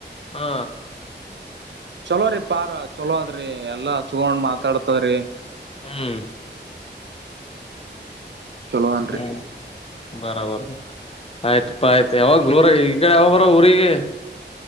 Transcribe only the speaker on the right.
ಚಲೋ ರೀ ಪಾರ್ ಚಲೋ ಅದ್ರಿ ಎಲ್ಲಾ ಹಚ್ಗೊಂಡ್ ಮಾತಾಡ್ತರಿ.
ಚಲೋ ಅನ್ರಿ